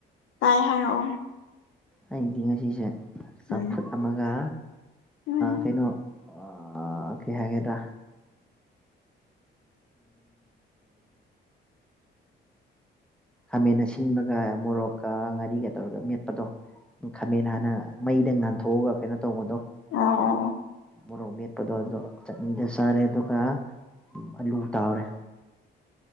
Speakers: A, on the left (about 80°); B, in the centre.
A: ꯇꯥꯏ ꯍꯥꯏꯔꯛꯑꯣ
B: ꯑꯩꯗꯤ ꯉꯁꯤꯁꯦ ꯆꯝꯐꯨꯠ
A: ꯎꯝ
B: ꯑꯃꯒ
A: ꯎꯝ
B: ꯀꯩꯅꯣ ꯑ ꯀ ꯍꯥꯏꯒꯦꯗ ꯈꯥꯃꯦꯟ ꯑꯁꯤꯟꯕꯒ ꯃꯣꯔꯣꯛꯀ ꯉꯥꯔꯤꯒ ꯇꯧꯔꯒ ꯃꯦꯠꯄꯗꯣ ꯎ ꯈꯥꯃꯦꯟ ꯍꯥꯟꯅ ꯃꯩꯗ ꯉꯥꯟꯊꯣꯛꯑꯒ ꯀꯩꯅꯣ ꯇꯧꯕꯗꯣ
A: ꯑꯣ ꯑꯣ ꯑꯣ
B: ꯃꯣꯔꯣꯛ ꯃꯦꯠꯄꯗꯣ ꯑꯗꯣ ꯆꯠꯅꯤꯗ ꯆꯥꯔꯦ ꯑꯗꯨꯒ ꯑꯂꯨ ꯇꯥꯎꯔꯦ